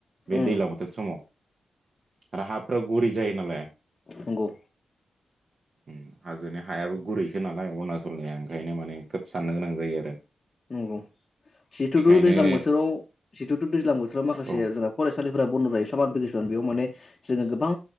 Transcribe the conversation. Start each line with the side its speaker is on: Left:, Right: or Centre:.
Right: बे
Left: उम
Right: दैजलां बोथोर समाव आरो हाफोरााव गुरि जायो नालाय
Left: नंगौ
Right: <unintelligible> हाजोनि हायाबो गुरैसो नालाय अरुणाचलनिया ओंखायनो माने खोब साननो गोनां जायो आरो
Left: नंगौ जिथुथु
Right: बेनिखायनो
Left: दैज्लां बोथोराव जिथुथु दैज्लां बोथोराव माखासे
Right: ओ
Left: जों फरेस थसालिफोरा बन्द' जायो सामार भेकेसन बेयाव माने जोंङो गोबां